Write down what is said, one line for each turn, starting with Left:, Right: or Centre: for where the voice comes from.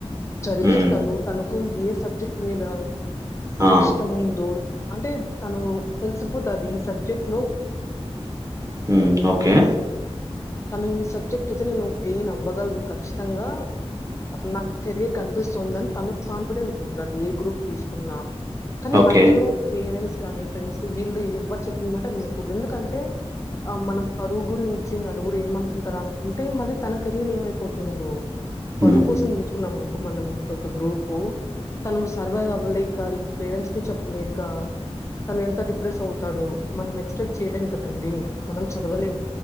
Left: చదివేది
Right: హ్మ్.
Left: తను, తనకు ఏ సబ్జెక్ట్ మీద
Right: ఆ!
Left: ఇష్టం ఉందో, అంటే తను తెలిసిపోతది ఈ సబ్జెక్ట్ లో
Right: ఉమ్ ఓకే
Left: తను ఈ సబ్జెక్ట్ అయితే నేను గెయిన్ అవ్వగలను ఖచ్చితంగా. అసల్ నాకు కెరయర్ కనిపిస్తుందని తనకు కాన్ఫిడెంట్ ఉండాలి, ఏ గ్రూప్ తీసుకున్నా కానీ
Right: ఓకే.
Left: మధ్యలో పేరెంట్స్ కానీ ఫ్రెండ్స్ వీళ్ళు ఎవ్వరు చెప్పిన మాట వినకూడదు, ఎందుకంటే ఆ మనం పరువు గురించి న ఎవరు ఏమనుకుంటారా అనుకుంటే, మళ్ళీ తన కెరీయర్ ఏమైపోతుందో,
Right: ఉమ్
Left: పరువు కోసం తీసుకున్నాం అనుకో మనం ఇప్పుడు ఒక గ్రూపు తను సర్వైవ్ అవ్వలేక, ఇటు పేరెంట్స్ కి చెప్పలేక తను ఎంత డిప్రెస్ అవుతాడో, మనం ఎక్స్పెక్ట్ చేయలేం కదండి, మనం చదవలేం.